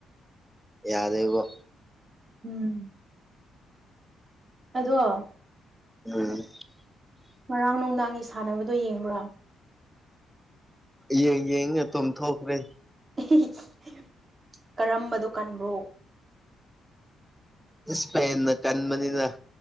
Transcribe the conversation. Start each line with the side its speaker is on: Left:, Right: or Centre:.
Centre: ꯌꯥꯗꯦꯕꯣ
Right: ꯎꯝ ꯑꯗꯣ
Centre: ꯎꯝ
Right: ꯉꯔꯥꯡ ꯅꯨꯡꯗꯥꯡꯒꯤ ꯁꯥꯟꯅꯕꯗꯣ ꯌꯦꯡꯕ꯭ꯔꯥ
Centre: ꯌꯦꯡ ꯌꯦꯡꯉ ꯇꯨꯝ ꯊꯣꯛꯈ꯭ꯔꯦ
Right: ꯍꯤ ꯍꯤꯀꯔꯝꯕꯗꯣ ꯀꯟꯕ꯭ꯔꯣ
Centre: ꯏꯁꯄꯦꯟ ꯅ ꯀꯟꯃꯅꯤꯅ